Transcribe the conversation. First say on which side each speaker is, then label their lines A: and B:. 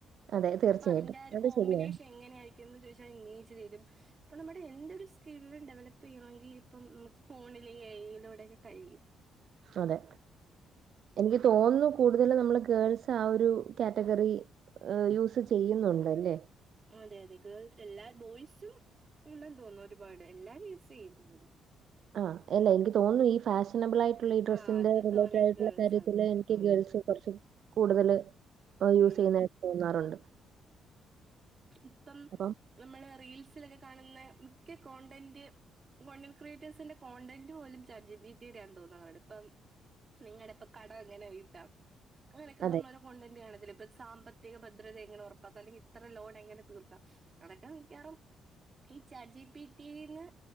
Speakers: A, on the right; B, on the right.
A: അതെ തീർച്ചയായിട്ടും
B: അപ്പൊ അതിന്റെ ആ ഒരു
A: അത്
B: കോമ്പിനേഷൻ
A: ശരിയാണ്.
B: എങ്ങനെയായിരിക്കും ന്ന് ചോദിച്ചാൽ ഇമേജ് തെരും. അപ്പം നമ്മുടെ എന്തൊരു സ്കിലും ഡെവലപ്പ് ഇപ്പം ചെയണമെങ്കിൽ ഇപ്പം നമുക്ക് ഫോണിലെ എ ഐ യിലൂടെയൊക്കെ കഴിയും
A: അതെ എനിക്ക് തോന്നുന്നു. കൂടുതല് നമ്മള് ഗേൾസ് ആ ഒരു കാറ്റഗറി യൂസ് ചെയ്യുന്നുണ്ടല്ലേ
B: അതെ അതെ ഗേൾസ് എല്ലാ ബോയ്സും ഉണ്ടെന്ന് തോന്നുന്നു ഒരുപാട്. എല്ലാരും യൂസെയ്യും അവരുടെ
A: ആഹ് അല്ല എനിക്ക് തോന്നുന്നു. ഈ ഫാഷ് നബിൾ ആയിട്ടുള്ള ഈ ഡ്രസ്സിന്റെ
B: ആ അത്
A: റിലേറ്റടായിട്ടുള്ള
B: തോനെ ഗേൾസാ
A: കാര്യത്തില്
B: തോന്നുന്നു
A: എനിക്ക്
B: ഉം
A: ഗേൾസ് കൊർച്ച് കൂടുതല് യൂസ്
B: ഉം
A: ചെയ്യുന്ന് തോന്നാറുണ്ട്
B: ഇപ്പം
A: അപ്പം
B: നമ്മള് റീൽസിലൊക്കെ കാണുന്ന മിക്ക കോണ്ടന്റ് കോണ്ടന്റ്റ് ക്രിയേറ്റേഴ്സിന്റെ കോണ്ടന്റ് പോലും ചാറ്റ് ജി പി ടി യടെ ആണെന്ന് തോന്നാറുണ്ട് ഇപ്പം നിങ്ങടെ പ്പ കട എങ്ങനെ വീട്ടാം അങ്ങനൊക്കെ
A: അതെ
B: <unintelligible> കൊണ്ടന്റ്ണതി ഇപ്പോ സാമ്പത്തിക ഭദ്രത എങ്ങനെ ഉറപ്പാക്കും അല്ലെങ്ക ൽ ഇത്ര ലോൺ ങ്ങനെ കൊടുക്കാം അതൊക്കെ മിക്കറും ഈ ചാജി പിറ്റീന്ന്